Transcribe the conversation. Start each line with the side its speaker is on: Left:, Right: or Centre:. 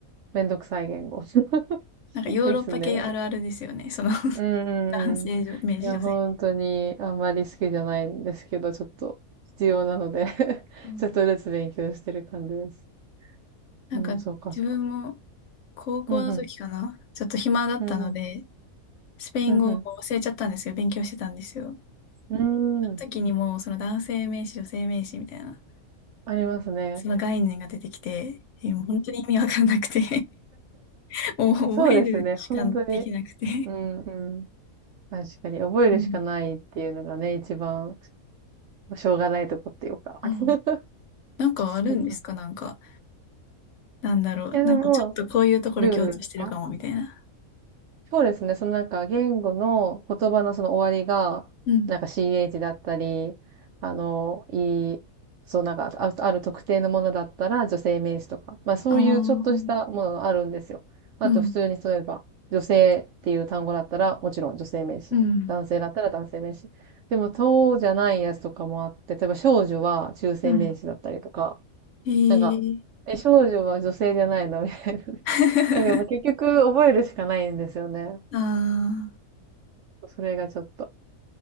Right: めんどくさい言語 <laughs>
Left: なんかヨーロッパ系あるあるですよね。
Right: ですね。
Left: その <laughs>
Right: うんうんうん。
Left: 男性、女性、
Right: いや、
Left: 女性。
Right: 本当にあんまり好きじゃないんですけど、ちょっと必要なので <laughs>
Left: うん
Right: ちょっとずつ勉強してる感じです。
Left: なんか自分も
Right: うん、そうかそうか。
Left: 高校の時かな。
Right: うんうん。
Left: ちょっと暇だったので、
Right: うんうん。
Left: スペイン語を忘れちゃったんですよ。
Right: うんうん。
Left: 勉強してたんですよ。
Right: うーん。
Left: その時にもうその男性名詞、女性名詞みたいな、
Right: ありますね。
Left: その概念が出てきて、えーもう本当に意味わかんなくて <laughs> もう覚えるしかできなくて
Right: そうですね。本当に。うん、うん。確かに。覚えるしかないっていうのがね、
Left: <laughs> うん。
Right: 一番、しょうがないとこっていうか。
Left: うん
Right: <laughs>
Left: なんかあるんですかなんか、
Right: そうか。
Left: なんだろう。
Right: いや、でも、
Left: なんかちょっとこういうところ共通してるかも、
Right: ルールとか、
Left: みたいな。
Right: そうですね。そのなんか言語の言葉のその終わりが、
Left: うん。
Right: なんか ch だったり、あの、いい、そうなんかあ、ある特定のものだったら女性名詞とか、まあそういうちょっとしたものがあるんですよ。
Left: ああ、
Right: あと普通に例えば、
Left: うん。
Right: 女性っていう単語だったらもちろん女性名詞。
Left: うん。
Right: 男性だったら男性名詞。でも、そうじゃないやつとかもあって、例えば少女は中性名詞だったりとか、
Left: うん。ええ
Right: なんか、え、少女は女性じゃないのみたいな。
Left: <laughs>
Right: だからやっぱ結局覚えるしかないんですよね。
Left: ああ。
Right: うんそれがちょっと。